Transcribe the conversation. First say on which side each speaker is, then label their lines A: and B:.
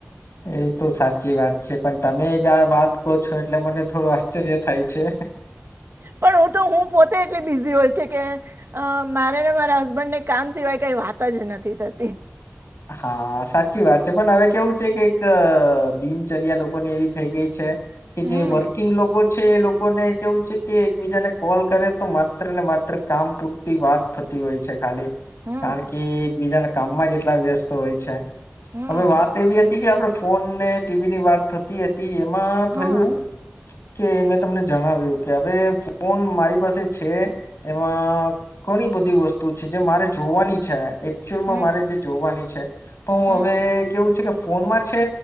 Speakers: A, on the left (about 70°); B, on the right (about 60°).
A: એ તો સાચી વાત છે પણ તમે જ આ વાત કહો છો એટલે મને થોડું આશ્ચર્ય થાય છે
B: પણ હું તો હું પોતે એટલી બીઝી હોય છે કે અ મારે ને મારા હસબન્ડને કામ સિવાય કઈ વાત જ નથી થતી.
A: હા સાચી વાત છે પણ હવે કેવું છે કે દિનચર્યા લોકોની એવી થઈ ગઈ છે. કે જે
B: હમ
A: વર્કિંગ લોકો એ લોકોને કેવું છે કે એકબીજાને કોલ કરે તો માત્ર ને માત્ર કામ પૂરતી વાત થતી હોય છે ખાલી,
B: હમ
A: કારણ કે એકબીજાના કામમાં જ એટલા વ્યસ્ત હોય છે.
B: હમ
A: હવે વાત એવી હતી કે આપડે ફોન ને ટીવી ની વાત થતી હતી એમાં
B: હા
A: થયું એ કે મેં તમને જણાવ્યું કે હવે ફોન મારી પાસે છે એમાં ઘણી બધી વસ્તુ છે જે મારે જોવાની છે એકચુઅલમાં
B: હમ
A: મારે જે પણ હું
B: હમ
A: હવે કેવું છ કે ફોનમાં છે